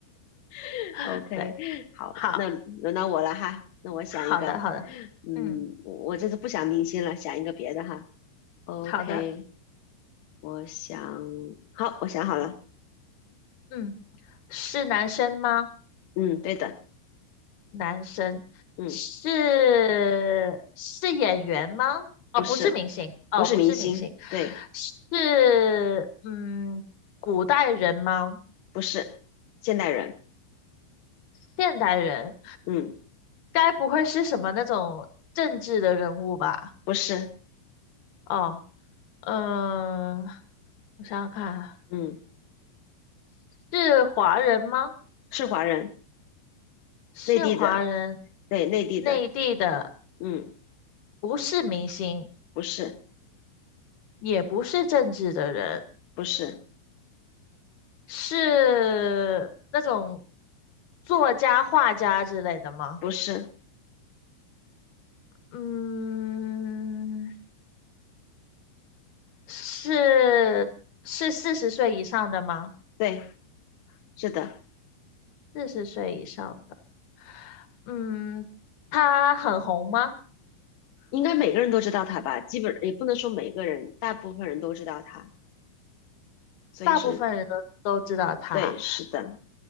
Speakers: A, on the left; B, on the left.
A: <laughs>
B: <laughs>，
A: OK，
B: 对，
A: 好，
B: 好，
A: 那轮到我了哈，那我想一个，
B: 好的，好的，
A: 嗯，
B: 嗯，
A: 我我这次不想明星了，想一个别的哈。OK，
B: 好的，
A: 我想，好，我想好了，
B: 嗯，是男生吗？
A: 嗯，对的，
B: 男生是是演员吗？
A: 嗯，
B: 哦，
A: 不是，
B: 不是明星，哦，
A: 不是明星，
B: 不是明星，
A: 对，
B: 是嗯，古代人吗？
A: 不是现代人，
B: 现代人，
A: 嗯，
B: 该不会是什么那种政治的人物吧？
A: 不是，
B: 哦，嗯，我想想看，
A: 嗯，
B: 是华人吗？
A: 是华人，
B: 是华人，
A: 内地的，对，内地的，
B: 内地的，
A: 嗯，
B: 不是明星，
A: 不是，
B: 也不是政治的人，
A: 不是，
B: 是那种作家、画家之类的吗？
A: 不是，
B: 嗯，是是四十岁以上的吗？
A: 对，是的，
B: 四十岁以上。的。嗯，他很红吗？
A: 应该每个人都知道他吧？基本也不能说每个人，大部分人都知道他，所以是
B: 大部分人都都知道他。
A: 对，是的，